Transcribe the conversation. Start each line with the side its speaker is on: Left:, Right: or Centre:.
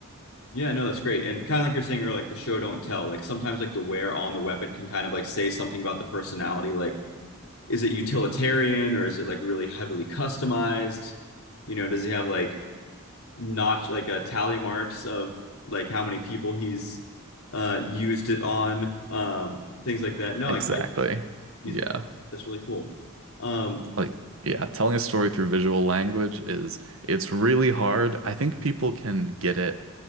Left: Yeah, no, that's great. And kind of like you're saying earlier, like the show don't tell. Like sometimes like the wear on the weapon can kind of like say something about the personality. Like, is it utilitarian or is it like really heavily customized? You know, does he have like notch like uh, tally marks of like how many people he's uh used it on, um, things like that. No,
Right: Exactly.
Left: like I, he's
Right: Yeah.
Left: that's really cool. Um,
Right: Like, yeah, telling a story through visual language is it's really hard. I think people can get it